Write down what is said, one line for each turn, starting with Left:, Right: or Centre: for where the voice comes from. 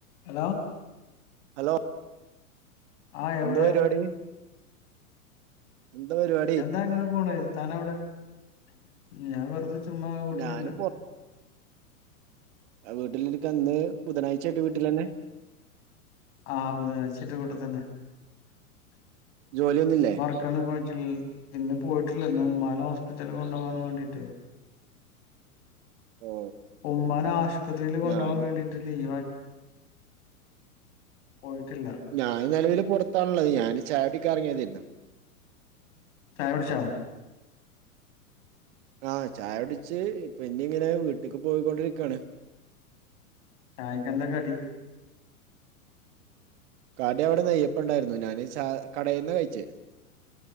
Left: ഹലോ
Right: ഹലോ
Left: ആ എവിടെ
Right: എന്താ പരിപാടി എന്താ പരിവാ
Left: എന്താ അങ്ങനെ പോണ് താനവിടെ ഞാൻ വെറുത ചുമ്മാ വീട്ടിലുണ്ട്
Right: ഞാന് ആഹ് വീട്ടിലിരിക്ക ഇന്ന് ബുധനാഴ്ചായിട്ട് വീട്ടിൽ തന്നെ
Left: ആഹ് ബുധനാഴ്ച്ചന്റെ വീട്ടി തന്നെ
Right: ജോലിയൊന്നുംല്ലേ
Left: <unintelligible> ഇന്ന് പോയിട്ടില്ല ഇന്ന് ഉമ്മാനെ ഹോസ്പിറ്റലിൽ കൊണ്ടുപോകാൻ വേണ്ടീട്ട്
Right: ഓ
Left: ഉമ്മാനെ ആശുപത്രിയിൽ കൊണ്ടോവാൻ
Right: ഞാന്
Left: വേണ്ടിട്ട് ട്ട് ലീവാക്കി പോയിട്ടില്ല
Right: ഞാൻ നിലവില് പുറത്താണ്ള്ളത് ഞാന് ചായ കുടിക്കാൻ ഇറങ്ങിയതാരുന്നു
Left: ചായ കുടിച്ചോ
Right: ആഹ് ചായ കുടിച്ച് ഇപ്പൊ ഇഞ് ഇങ്ങനെ വീട്ടിക്ക് പോയിക്കൊണ്ടിരിക്കുവാണ്
Left: ചായ്ക്ക്‌ എന്താ കടി
Right: കടി അവിടെ നെയ്യപ്പം ഉണ്ടായിരുന്നു ഞാൻ ചാ കടയിൽന്നാ കഴിച്ചത്